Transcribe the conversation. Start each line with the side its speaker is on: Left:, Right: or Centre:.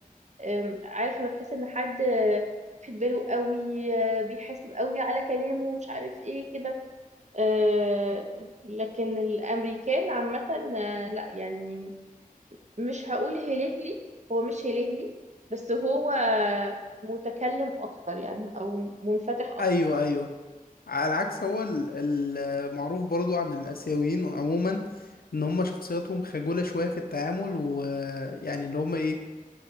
Right: آم، عارف لما تحس ان حد آه، واخد باله قوي آه، بيحاسب قوي على كلامه مش عارف ايه كده آه، لكن الامريكان عامة آه، لا يعني مش هقول هلهلي هو مش هلهلي بس هو متكلم اكتر يعني او منفتح اكتر
Left: ايوه ايوه على العكس هو ال- المعروف برضو عن الاسيويين عموما ان هم شخصياتهم خجولة شوية في التعامل ويعني اللي هم ايه